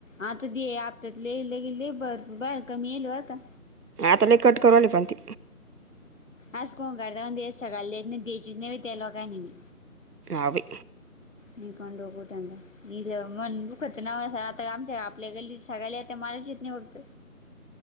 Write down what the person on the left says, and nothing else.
आता आपत्यात लहिले गेले भरपू बाहेर कमी येईलवरता
आज कोण करता द सगळयला दच नाही द्यायचीच नाही त्याला काय नाही ममी
निकनोुठ म्हख न आता आमच्या आपल्या गल्लीत सगायला मला चित नाही बघत